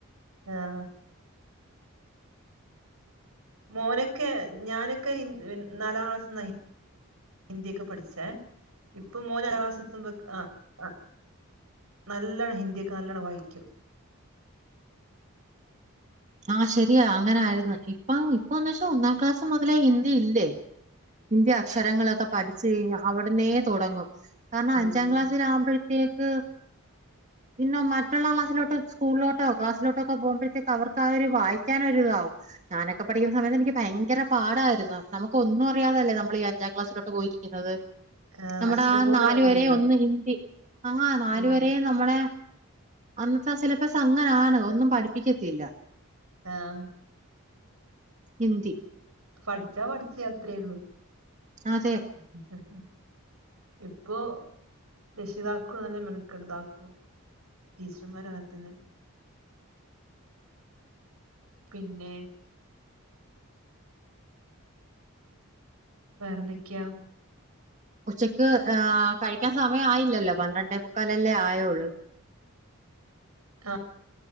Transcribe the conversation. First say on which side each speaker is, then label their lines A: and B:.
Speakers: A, on the right; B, on the right.
A: ആഹ് മോനൊക്കെ ഞാനൊക്കെ ഇ പിൻ നാലാം ക്ലാസ്സ്ന്ന ഇ ഹിന്ദിയൊക്കെ പഠിച്ചെ ഇപ്പൊ മോന് അഞ്ചാം ക്ലാസി എത്തുമ്പം ആഹ് ആഹ് നല്ലവണ്ണം ഹിന്ദിയൊക്കെ നല്ലോണം വായിക്കും
B: ആഹ് ശരിയാ അങ്ങനാരുന്ന് ഇപ്പം ഇപ്പൊന്നു വെച്ചാ ഒന്നാം ക്ലാസ് മുതലേ ഹിന്ദി ഇല്ലേ ഹിന്ദി അക്ഷരങ്ങളക്കെ പഠിച്ച് കഴിഞ്ഞാ അവിടന്നേ തൊടങ്ങും കാരണം
A: തുടങ്ങുന്നുണ്ട്
B: അഞ്ചാം ക്ലാസ്സിലാകുമ്പഴത്തേക്ക് പിന്നെ മറ്റുള്ള ക്ലാസിലോട്ടോ സ്കൂളിലോട്ടോ ക്ലാസിലോട്ടോക്കെ പോകുമ്പോഴത്തേക്ക് അവർ ക്കതൊരു വായിക്കാനൊരിതാവും ഞാനൊക്കെ പഠിക്കുന്ന സമയത്ത് എനിക്ക് ഭയങ്കര പാടാരുന്ന് നമുക്ക് ഒന്നും അറിയാതല്ലേ നമ്മളീ അഞ്ചാം ക്ലാസിലോട്ട് പോയിരി ക്കുന്നത്
A: ആഹ്
B: നമ്മടെ
A: അക്ഷരം
B: ആ
A: പോലും
B: നാലുവരെ
A: അറിയില്ലല്ലോ
B: ഒന്ന് ഹിന്ദി ആഹ് നാലുവരേ
A: ഉം
B: നമ്മളെ അന്നത്തെ ആ സിലബസ് അങ്ങനാണ് ഒന്നും പഠിപ്പിക്കത്തില്ല
A: ആഹ്
B: ഹിന്ദി
A: പഠിച്ചാ പഠിച്ച അത്രേയള്ളൂ
B: ആഹ് അതെ
A: <unintelligible> ഇപ്പോൊ രക്ഷിതാക്കൂ നല്ല മെണക്കെട്ട് ഇതാക്കൂ ടീച്ചർമാരും അങ്ങനെതന്നെ പിന്നെ വേറെന്തൊക്കെയോ
B: ഉച്ചക്ക് കഴിക്കാൻ സമയം ആയില്ലല്ലോ പന്ത്രണ്ടേ മുക്കാലല്ലേ ആയോളു
A: ആഹ്